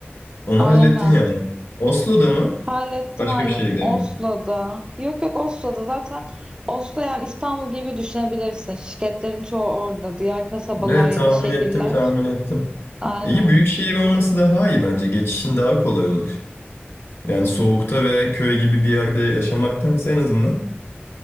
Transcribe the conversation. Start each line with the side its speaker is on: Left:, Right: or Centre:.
Left: Onu
Right: aynen.
Left: hallettin yani. Oslo'da mı?
Right: Hallettim
Left: Başka
Right: hallettim.
Left: bir şehirde mi?
Right: Oslo'da. Yok yok Oslo'da zaten. Oslo yani İstanbul gibi düşünebilirsin. Şirketlerin çoğu orada. Diğer kasabalar
Left: Ne tahmin
Right: ya da şehirler.
Left: ettim tahmin ettim.
Right: Aynen.
Left: İyi büyük şehir olması daha iyi bence. Geçişin daha kolay olur. Yani soğukta ve köy gibi bir yerde yaşamaktansa en azından